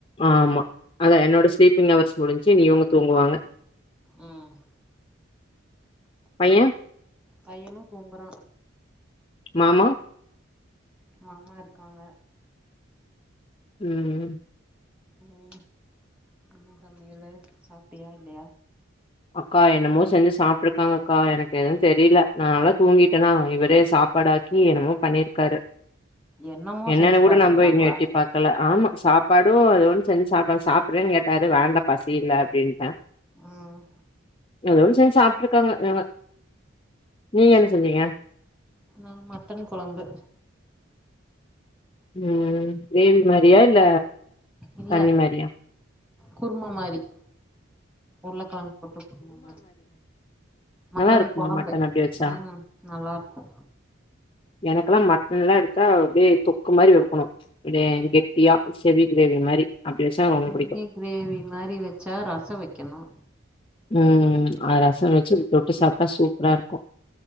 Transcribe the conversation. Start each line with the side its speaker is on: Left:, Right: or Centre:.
Left: ஆமா அதா என்னோட ஸ்லீப்பிங் அவர்ஸ் முடின்ச்சி இனி இவங்க தூங்குவாங்க
Centre: ம்
Left: பையே
Centre: பையனு தூங்குறா
Left: மாமா
Centre: மாமா இருக்காங்க
Left: ம்
Centre: ம் என்ன சமையலு சாப்ட்டியா இல்லயா
Left: அக்கா என்னமோ செஞ்சு சாப்ட்ருக்காங்கக்கா எனக்கெது தெரில நா நல்லா தூங்கிட்டேனா இவரே சாப்பாடா க்கி என்னமோ பண்ணிர்க்காரு
Centre: என்னமோ
Left: என்னன்னு
Centre: செஞ்சு
Left: கூட
Centre: சாப்ட்ருக்காங்களா
Left: நா போய் இன்னு எட்டி பாக் கல ஆமா சாப்பாடு அது ஒன் செஞ்சாப்டாங்க சாப்பிறியான் கேட்டாரு வேண்டா பசி இல்ல அப்டின்ட்டே
Centre: ம்
Left: எதோ ஒன் செஞ்சாப்ட்ருக்காங்க இவுங்க நீங்க என்ன செஞ்சீங்க
Centre: ஆ மட்டன் கொழம்பு
Left: ம் கிரேவி மாரியா இல்ல
Centre: இல்ல
Left: தண்ணி மாரியா?
Centre: குருமா மாரி உர்ளக்கழங் போட்டு குருமா மாரி மட்டன்
Left: நல்லா இருக்குமா
Centre: கொழம்பு
Left: மட்டன் அப்டி வச்சா?
Centre: ம் நல்லாருக்கு
Left: எனக்கல்லா மட்டன்லா எடுத்தா அப்டியே தொக்கு மாரி இருக்கனு இதே கெட்டியா செவி கிரேவி மாரி அப்டி வச்சா ரொம்ப
Centre: செமி
Left: புடிக்கு
Centre: கிரேவி மாரி வச்சா ரசோ வெக்கனு
Left: ம் அத ரசோ வச்சு தொட்டு சாப்ட்டா சூப்பராருக்கு